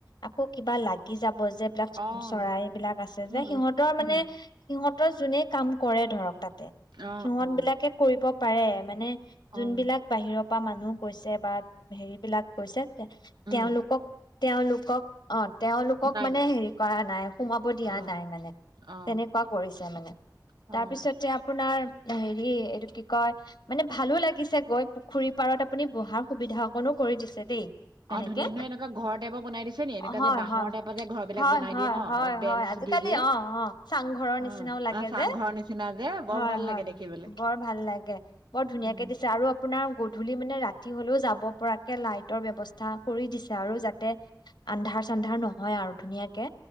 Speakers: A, on the left; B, on the right.
A: আকৌ কিবা লাগি যাব। ব যি বিলাক
B: অ',
A: চৰাইবিলাক আছে
B: উম,
A: যে সিহঁতৰ
B: উম,
A: মানে
B: উম,
A: সিহঁত যোনে কাম কৰে ধৰক তাত।
B: অ',
A: সিহঁত
B: অ',
A: বিলাকে কৰিব। পাৰে মানে
B: অ',
A: যোনবিলাক বাহিৰত- পা মানুহ গৈছে বা হেৰি বিলাক গৈছে। তেওঁলোকক-
B: উম,
A: তেওঁলোকক অ। তেওঁলোকক
B: নাই
A: মানে
B: দি
A: হেৰি কৰা নাই সোমাব দিয়া
B: অ',
A: নাই মানে
B: অ',
A: তেনেকুৱা কৰিছে। বেয়া লাগে।
B: অ',
A: তাৰপিছতে আপোনাৰ- হেৰি এইটো কি কয় মানে ভালো লাগিছে গৈ পুখুৰী পাৰত আপুনি বহাৰ সুবিধা অকনো কৰি দিছে দেই। তেনেকে
B: অ', ধুনীয়া ধুনীয়া এনেকুৱা ঘৰ টাইপৰ বনাই দিছে নি? এনেকুৱা
A: হয়
B: যে বাঁহৰ
A: হয়
B: টাইপৰ যে ঘৰ বিলাক
A: হয়
B: বনাই
A: হয়
B: দিয়ে ন' অ',
A: হয়
B: বেঞ্চ
A: হয় আজিকালি
B: দি দিয়ে?
A: অ অ চাংঘৰৰ
B: অ',
A: নিচিনাও লাগে
B: অ', চাংঘৰৰ
A: যে
B: নিচিনা যে বৰ
A: হয়
B: ভাল
A: হয়
B: লাগে দেখিবলে।
A: বৰ ভাল লাগে বৰ ধুনীয়াকে
B: উম,
A: দিছে আৰু আপোনাৰ গধূলি মানে ৰাতি হলেও। যাব পৰাকে লাইটৰ ব্যৱস্থা। স্থা কৰি দিছে আৰু যাতে আন্ধাৰ চানধাৰ নহয় আৰু ধুনীয়াকে।